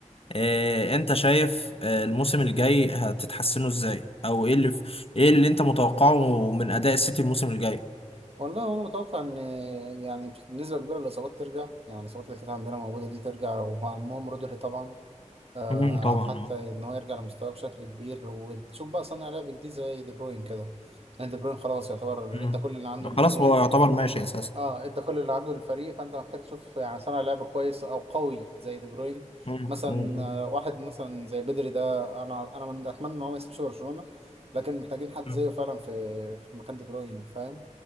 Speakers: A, on the left; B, on the right.
A: إيه انت شايف آه، الموسم الجاي هتتحسنوا ازاي او ايه اللي في ايه اللي انت متوقعه من اداء السيتي الموسم الجاي
B: والله انا متوقع ان يعني بنسبه كبيره الاصابات ترجع يعني الاصابات اللي كانت عندنا موجوده دي ترجع ومعهم رودري طبعا آه
A: امم طبعا
B: حتى ان هو يرجع لمستواه بشكل كبير وتشوف بقى صانع لعب جديد زي دي بروين كده لان دي بروين خلاص يعتبر
A: امم
B: ادى كل اللي عنده للفريق
A: خلاص هو يعتبر ماشي اساسا
B: اه ادى كل اللي عنده للفريق فانت محتاج تشوف يعني صانع لعب كويس او قوي زي دي بروين
A: امم
B: مثلا
A: مم.
B: آه، واحد مثلا زي بدري ده انا انا من اتمنى ان هو ما يسيبش برشلونة لكن محتاجين حد
A: امم
B: زيه فعلا في في مكان دي بروين فاهم